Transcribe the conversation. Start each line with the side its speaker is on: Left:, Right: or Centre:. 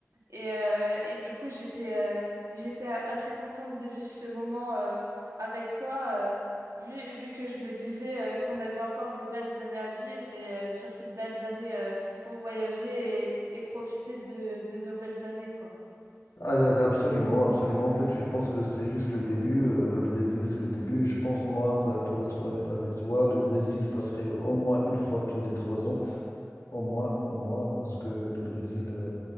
Right: Et, euh, et du coup, j'étais euh, j'étais a- assez contente de vivre ce moment euh, avec toi, euh, vu, vu que je me disais euh, qu'on avait encore de belles années à vivre et euh, surtout de belles années euh, pour voyager et, et profiter de, de nos belles années, quoi.
Left: Ah, ah, Absolument, absolument. En fait, je pense que c'est juste le début. euh, Le Brésil, c'est le début. Je pense, moi, p- pour être honnête avec toi, le Brésil, ça serait au moins une fois tous les trois ans. Au moins, au moins, parce que le Brésil, euh,